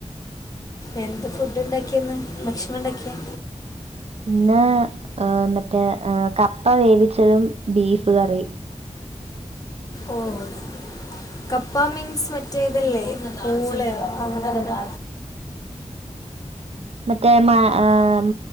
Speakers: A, on the left; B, on the right.
A: എന്ത് ഫുഡ്ണ്ടാക്കിയെ ഇന്ന്? ഭക്ഷണണ്ടാക്കിയെ?
B: ഇന്ന് ഈഹ് മറ്റേ ഈഹ് കപ്പ വേവിച്ചതും ബീഫ് കറി
A: ഓഹ്. കപ്പാ മീൻസ് മറ്റേ ഇതല്ലേ, പൂളയോ അങ്ങനെ എന്തോ?
B: മറ്റേ മ ആഹ്